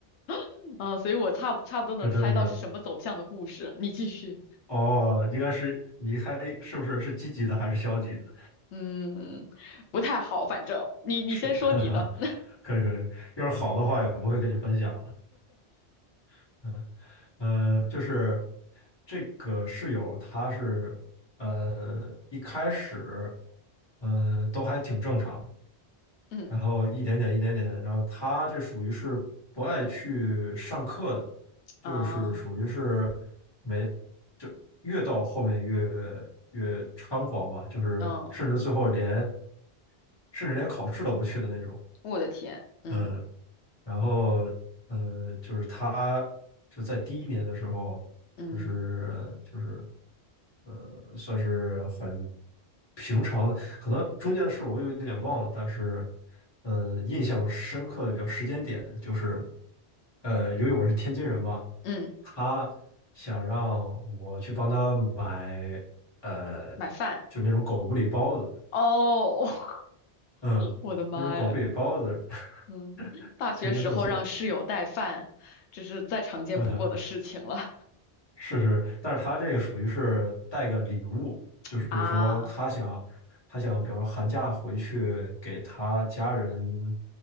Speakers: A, on the left; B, on the left.
A: <laughs> 啊，所以我差不差不多能猜到是什么走向的故事。
B: 这真是
A: 你继续，
B: 哦，应该是你还是不是是积极的还是消极的？
A: 嗯，不太好，反正你你先说你的，
B: 是，<laughs> 可以可以，要是好的话也不会跟你分享。<laughs> 嗯，呃，就是这个室友，他是呃一开始，嗯，都还挺正常，
A: <laughs> 嗯
B: 然后一点点一点点，然后他这属于是不爱去上课的，就是属于是
A: 啊
B: 没，就越到后面越越猖狂吧，就是甚至最后连
A: 嗯，嗯，
B: 甚至连考试都不去的那种。
A: 我的天，嗯
B: 嗯，然后，呃，就是他就在第一年的时候，
A: 嗯
B: 就是就是呃，算是很平常的，可能中间的事我有点忘了，但是呃，印象深刻的比较时间点就是，呃，由于我是天津人嘛，
A: 嗯，
B: 他想让我去帮他买呃，
A: 买饭，
B: 就那种狗不理包子，
A: 哦，<laughs>
B: 嗯，
A: 我的妈呀，
B: 那种狗不理包子，
A: 嗯，
B: <laughs>
A: 大学时候让室友带饭，
B: 天津特色。
A: 这是再常见不过的事情了
B: <laughs> 是是，但是他这个属于是带个礼物，
A: <laughs>
B: 就是说他想，
A: 啊。
B: 他想，比方说寒假回去给他家人